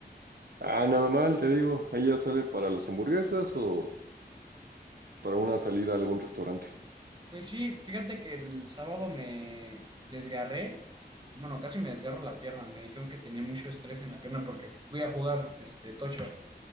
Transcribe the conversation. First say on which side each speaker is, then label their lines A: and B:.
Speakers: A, on the right; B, on the right.
A: Ah, nada mal, te digo. ¿Ella sale para las hamburguesas o para
B: Pues
A: una salida a algún restaurante?
B: pues sí, fíjate que el sábado me desgarré, bueno, casi me desgarro la pierna, me dijeron que tenía mucho estrés en la pierna porque fui a jugar, este, tocho.